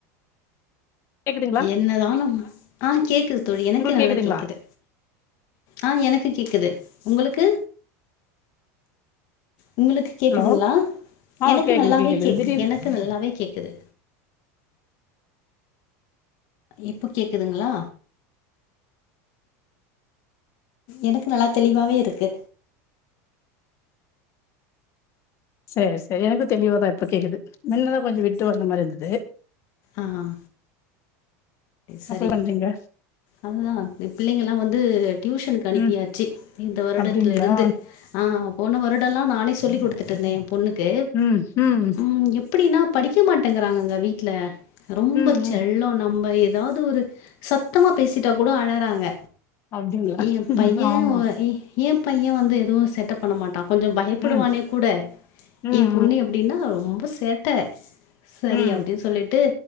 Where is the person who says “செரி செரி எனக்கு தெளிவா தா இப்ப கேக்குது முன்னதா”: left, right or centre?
Left